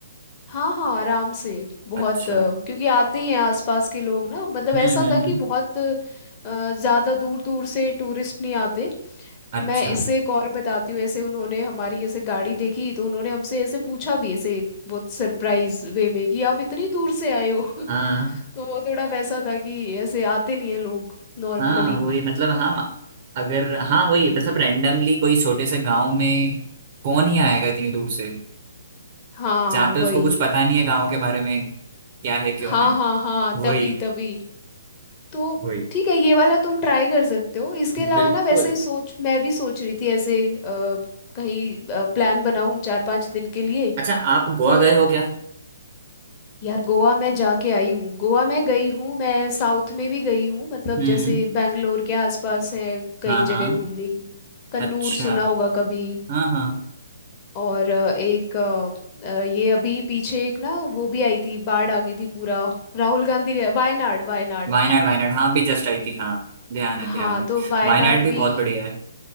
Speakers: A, on the left (about 25°); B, on the right (about 40°).
A: हाँ हाँ आराम से बहुत
B: अच्छा
A: अ, क्योंकि आते ही हैं आसपास के लोग ना मतलब
B: हम्म
A: ऐसा
B: हम्म
A: था कि
B: हम्म
A: बहुत अ, ज़्यादा दूर दूर से टूरिस्ट नहीं आते
B: अच्छा
A: मैं इससे एक और बताती हूँ ऐसे उन्होंने हमारी ऐसे गाड़ी देखी तो उन्होंने हमसे ऐसे पूछा भी ऐसे बहुत सरप्राइज वे में कि आप इतनी दूर से आए हो <laughs>
B: हाँ
A: तो वो थोड़ा वैसा था कि ऐसे आते नहीं है लोग नॉर्मली
B: हाँ वही मतलब हाँ अगर हाँ वही मतलब रैंडमली कोई छोटे से गांव में कौन ही आएगा इतनी दूर से
A: हाँ
B: जहाँ पे
A: वही
B: उसको कुछ पता नहीं है गांव के बारे में क्या है क्यों
A: हाँ
B: है
A: हाँ हाँ
B: वही
A: तभी तभी तो
B: वही
A: ठीक है ये वाला तुम ट्राई कर सकते हो इसके अलावा
B: बिल्कुल
A: ना वैसे सोच मैं भी सोच रही थी ऐसे अ, कहीं प्लान बनाऊं चार पांच दिन के लिए
B: अच्छा आप गोवा
A: तो
B: गए हो क्या
A: यार गोवा मैं जाके आई हूँ गोवा मैं गई हूँ मैं साउथ में भी गई हूँ मतलब
B: हम्म
A: जैसे बैंगलोर के आसपास है कई
B: हाँ हाँ
A: जगह घूमने की कन्नूर
B: अच्छा
A: सुना होगा कभी
B: हाँ हाँ
A: और अ, एक अ, अ, ये अभी पीछे एक ना वो भी आई थी बाढ़ आ गई थी पूरा राहुल गांधी गया वायनाड वायनाड
B: वायनाड वायनाड हाँ भी जस्ट आई थी हाँ ध्यान है ध्यान
A: हाँ
B: है
A: तो वायनाड
B: वायनाड भी
A: भी
B: बहुत बढ़िया है